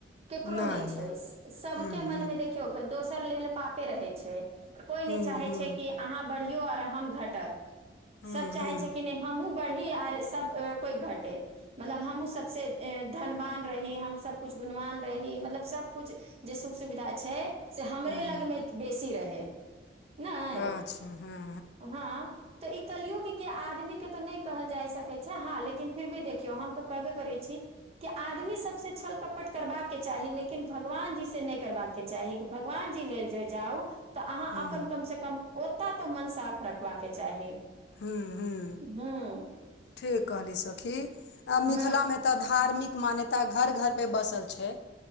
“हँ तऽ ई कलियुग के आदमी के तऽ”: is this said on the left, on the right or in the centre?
Right